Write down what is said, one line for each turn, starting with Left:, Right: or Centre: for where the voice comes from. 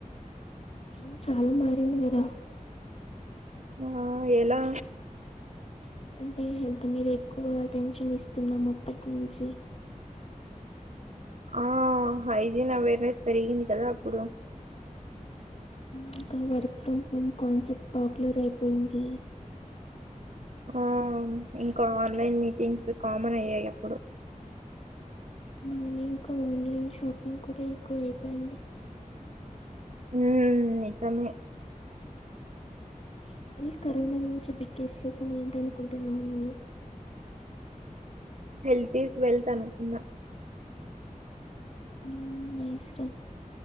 Left: అవును చాలా మారింది కదా?
Right: ఆ ఎలా?
Left: అంటే హెల్త్ మీద ఎక్కువ అటెన్షన్ ఇస్తున్నాం అప్పటి నుంచి
Right: ఆ హైజీన్ అవేర్నెస్ పెరిగింది కదా అప్పుడు.
Left: ఇంకా work from home concept popular అయిపోయింది.
Right: ఆ ఇంకా ఆన్లైన్ మీటింగ్స్ కామన్ అయ్యాయి అప్పుడు.
Left: అవును ఇంకా ఆన్లైన్ షాపింగ్ కూడా ఎక్కువ అయిపోయింది.
Right: మ్ నిజమే
Left: ఈ కరోనా నుంచి బిగ్గెస్ట్ లెసన్ ఏంటనుకుంటున్నావు నీవు.
Right: హెల్త్ ఈస్ వెల్త్ అనుకున్నా.
Left: మ్ వేస్టే